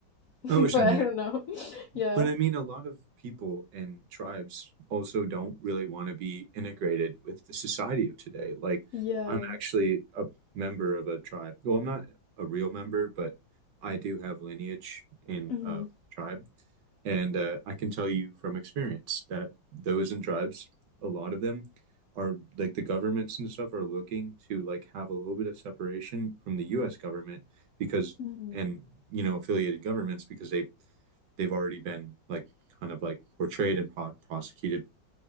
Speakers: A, on the left; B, on the right.
A: <laughs>
B: I wish
A: but
B: I knew.
A: I don't know. <laughs> yeah.
B: But I mean, a lot of people and tribes also don't really want to be integrated with the society of today. Like,
A: Yeah.
B: I'm actually a member of a tribe. Well, I'm not a real member, but I do have lineage in
A: Mm-hmm.
B: a tribe. And uh, I can tell you from experience that those in tribes, a lot of them are like the governments and stuff are looking to like have a little bit of separation from the US government because
A: Mm-hmm.
B: and you know affiliated governments because they they've already been like kind of like portrayed and pro- prosecuted